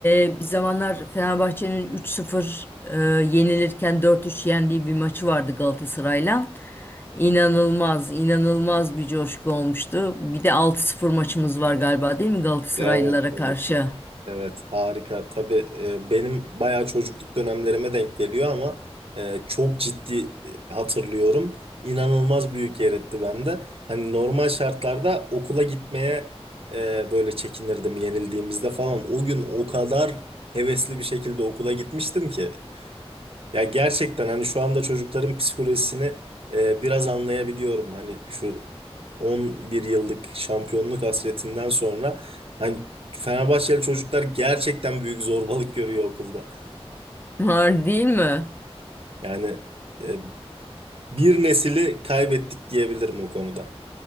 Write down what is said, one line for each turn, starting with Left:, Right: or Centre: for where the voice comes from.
Left: e, bir zamanlar Fenerbahçe'nin 3-0 e, yenilirken 4-3 yendiği bir maçı vardı Galatasaray'la. İnanılmaz, inanılmaz bir coşku olmuştu. Bir de 6-0 maçımız var galiba değil mi Galatasaraylılara
Right: Evet, evet.
Left: karşı?
Right: Evet harika. Tabii e, benim bayağı çocukluk dönemlerime denk geliyor ama e, çok ciddi e, hatırlıyorum. İnanılmaz büyük yer etti bende. Hani normal şartlarda okula gitmeye e, böyle çekinirdim yenildiğimizde falan. O gün o kadar hevesli bir şekilde okula gitmiştim ki. Ya gerçekten hani şu anda çocukların psikolojisini e, biraz anlayabiliyorum. Hani şu 11 yıllık şampiyonluk hasretinden sonra hani Fenerbahçeli çocuklar gerçekten büyük zorbalık görüyor okulda.
Left: Var değil mi?
Right: Yani e, bir nesili kaybettik diyebilirim o konuda.